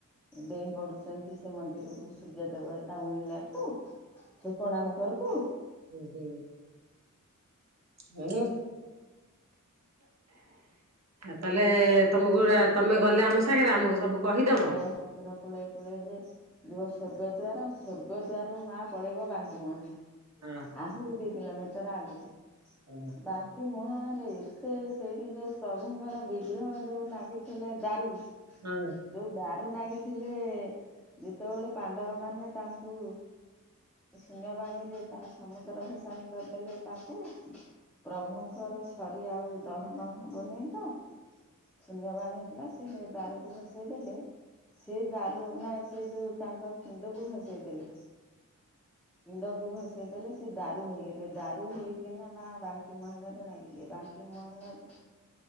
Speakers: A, in the centre; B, on the right.
A: ଡେଇଁ ପଡୁଛନ୍ତି ସେ ମନ୍ଦିରକୁ। ସୂର୍ଯ୍ୟ ଦେବ ତା ଉଇଁଲା ଠୁ କୋଣାର୍କ କରକୁ
B: ହୁଁ ହୁଁ? ହୁଁ? ତାହେଲେ ତମକୁ ତମେ ଗଲେ ଆମ ସାଙ୍ଗରେ ଆମକୁ ସବୁ କହିଦବ।
A: ଓ ସମୁଦ୍ର କୂଳେଇ କୂଳେଇ ଯେ ଯିବ ସ୍ଵର୍ଗଦ୍ଵାର ସ୍ଵର୍ଗଦ୍ଵାର ରୁ ମା ପଳେଇବ ବାଙ୍କ ମୁଣ
B: ହଁ
A: ଆହୁରି ଦୁଇ କିଲୋମିଟର ଆଗକୁ।
B: ହ?
A: ବାଙ୍କି ମୁହାଣରେ ଏତେ ସେଇଠି ଯେଉଁ ପ୍ରଭୁଙ୍କର ବିଗ୍ରହ ଯେଉଁ ନାଗିଥିଲେ ଦାରୁ
B: ହଁ?
A: ଯୋଉ ଦାରୁ ନାଗିଥିଲେ ଯେତେବେଳେ ପାଣ୍ଡବ ମାନେ ତାଙ୍କୁ ଶୂନ୍ୟବାଣୀରେ ତା ସମୁଦ୍ର ଭସାଣି କରିଦେଲେ ତାଙ୍କୁ ପ୍ରଭୁଙ୍କର ଥରି ଆଉ ଦହନ ହେବନି ତ ଶୂନ୍ୟବାଣୀ ହେଲା ସେ ଦାରୁକୁ ଭସେଇ ଦେଲେ ସେ ଦାରୁ ନା ସେ ଯୋଉ ତାଙ୍କ ପିଣ୍ଡକୁ ଭସେଇ ଦେଲେ ପିଣ୍ଡକୁ ଭସେଇ ଦେଲେ ସେ ଦାରୁ ହେଇଗଲେ ଦାରୁ ହେଇକିନା ମା ବାଙ୍କି ମୁଁହାଣରେ ନାଗିଲେ ବାଙ୍କି କି ମୁଁହାଣ ରେ